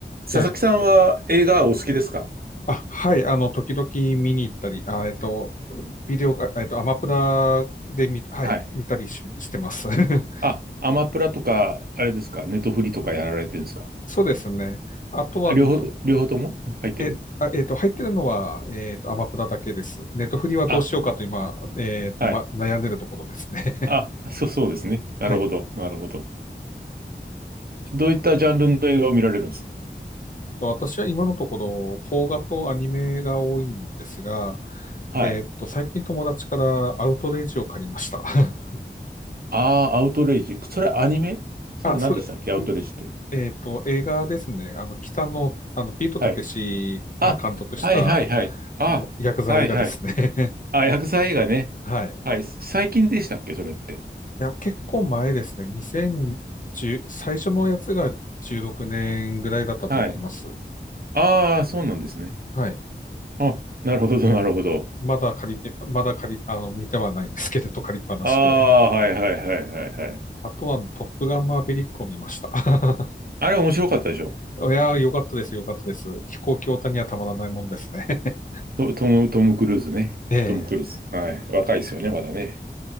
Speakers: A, on the right (about 55°); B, on the left (about 45°).
A: 佐々木さんは映画お好きですか
B: いや、あ、はい、あの、時々見に行ったり、あ、えっと、ビデオが、えっと、アマプラで見、はい、
A: はい。
B: 見たりし、してます。<laughs>
A: あ、アマプラとか、あれですか、ネトフリとかやられてるんですか
B: そうですね。あとは、
A: あ両方、
B: ど
A: 両方とも入ってる
B: え、あ、えっと、入ってるのは、えっと、アマプラだけです。ネットフリはどうしようかと今、
A: あ、
B: えっと、
A: はい。
B: ま、悩んでるところですね。
A: あ、
B: <laughs>
A: そう、そうですね。なるほど、
B: はい。
A: なるほど。どういったジャンルの映画を見られるんですか
B: と私は今のところ、邦画とアニメが多いんですが、
A: はい。
B: えっと、最近友達からアウトレイジを借りました。<laughs>
A: ああ、アウトレイジ。それアニメそれ何でしたっけアウトレイジって。
B: あ、それ、えっと、映画ですね。あの、北野、あの、ピートたけしが監督した、
A: はい。あ、はいはいはい。あ、
B: あの、ヤクザ映画ですね。
A: はいはい。
B: <laughs>
A: あ、薬剤映画ね。
B: はい。い
A: はい。最近でしたっけそれって。
B: や、結構前ですね。2010、最初のやつが16年ぐらいだったと思います。
A: はい。ああ、そうなんですね。
B: はい。
A: あ、なるほど、なるほど。
B: まだ借りて、まだ借り、あの、見てはないんですけれど、借りっぱなしで。
A: ああ、はいはいはいはいはい。
B: あとは、トップガンマーヴェリックを見ました。<laughs>
A: あれ面白かったでしょ
B: いや、よかったです、よかったです。飛行機オタにはたまらないもんですね。<laughs>
A: ト、トム、トム・クルーズね。
B: ええ。
A: トム・クルーズ。はい。若いですよね、まだね。